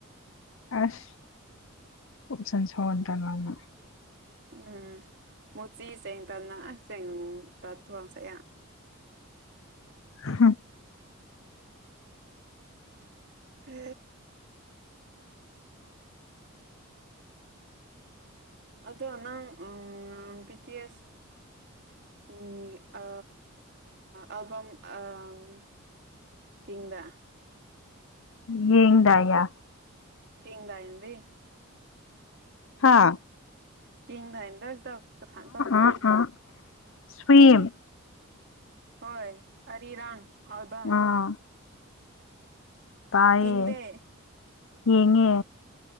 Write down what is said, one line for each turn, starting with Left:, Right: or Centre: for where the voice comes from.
Left: ꯑꯁ ꯁꯟꯁ ꯑꯣꯏ ꯇꯔꯃ
Right: ꯎꯝ ꯃꯣꯆꯤ ꯆ ꯇꯥꯟꯅꯦꯡ ꯇꯠꯇꯨ ꯋꯥꯁ
Left: ꯍꯥꯝ
Right: ꯍ ꯑꯗꯣ ꯅꯪ ꯄꯤ ꯇꯤ ꯑꯦꯁ ꯑꯜꯕꯝꯀꯤꯡꯗ
Left: ꯌꯦ ꯇꯌꯥ
Right: ꯀ ꯑꯗꯤ
Left: ꯍꯥꯥ
Right: ꯀꯗ ꯇ ꯀꯊꯐꯝꯗ
Left: ꯑꯥ ꯑꯥ ꯁ꯭ꯋꯤꯝ
Right: ꯎ ꯍꯣꯏ ꯑꯔꯤꯔꯥꯡ ꯑꯜꯕꯝ
Left: ꯑꯥ ꯇꯥꯏꯌꯦ
Right: ꯀꯗꯦ
Left: ꯌꯦꯡꯉꯦ